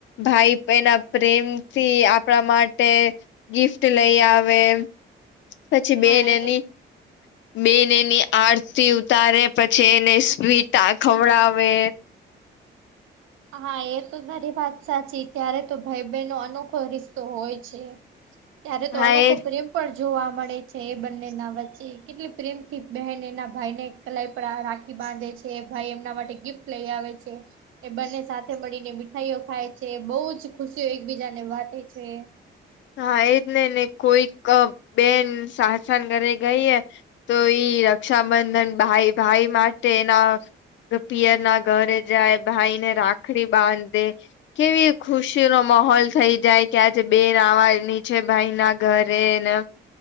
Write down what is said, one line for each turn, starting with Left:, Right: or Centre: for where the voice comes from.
Left: ભાઈ એના પ્રેમથી આપણા માટે ગિફ્ટ લઈ આવે પછી બેન
Right: હા એ
Left: એની બેન એની આરતી ઉતારે પછી એને સ્વીટ આ ખવડાવે
Right: હા એ તો મારી વાત સાચી ત્યારે તો ભાઈ બહેન નો અનોખો રિસ્તો હોય છે.
Left: <inaudible>
Right: ત્યારે તો અનોખો
Left: એ
Right: પ્રયોગ પણ જોવા મળે છે એ બંને ના વચ્ચે કેટલી પ્રેમ થી બહેન એ ના ભાઈ ને કલાઈ પર રાખી બાંધે છે ભાઈ એમના માટે ગિફ્ટ લઈ આવે છે. એ બંને સાથે મળીને મીઠાઈઓ ખાય છે બહુ જ ખુશીઓ એકબીજાને વાંટે છે.
Left: હા એજ નઈ ને કોઈક બેન સાસ ના ઘરે ગઈએ. તો ઈ રક્ષાબંધન ભાઈ ભાઈ માટેના પિયર ના ઘરે જાય ભાઈને રાખડી બાંધે. કેવી ખુશી નો માહોલ થઈ જાય કે આજે બેન આવે નીચે ભાઈ ના ઘરે ન